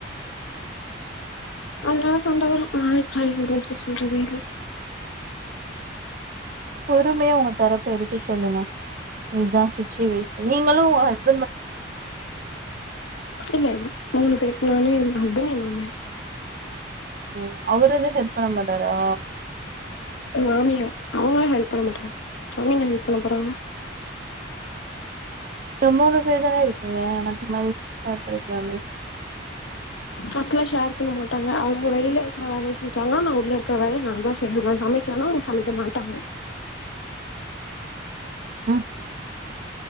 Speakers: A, on the left; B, on the right.
A: ஆனா சண்ட வரு <unintelligible> எப்டி சொல்றது
B: பொறுமையா உங்க தரப்ப எடுத்து சொல்லுங்க இதுதா சுச்சுவேஷன் நீங்களு உங்க ஹஸ்
A: இல்ல இல்ல மூணு பேரு நானு எ ஹஸ்பண்ட் எ மாமியா
B: ஓ அவர் எதும் ஹெல்ப் பண்ண மாட்டாரா
A: எங்க மாமியா அவுங்க ஹெல்ப் பண்ண மாட்டாங்க அவுங்க ஏன் ஹெல்ப் பண்ண போறாங்க
B: நீங்க மூணு பேர் தானே இருக்கிங்க <unintelligible> மாரி ஷேர் பண்ணிக்லாமே
A: அப்பில்லா ஷேர் பண்ண மாட்டாங்க அவுங்க வெளில இருக்ற வேலய செஞ்சாங்கன்னா நா உள்ள இருக்ற வேலய நா தா செய்னு நா சமைக்கனு அவுங்க சமைக்க மாட்டாங்க
B: ம்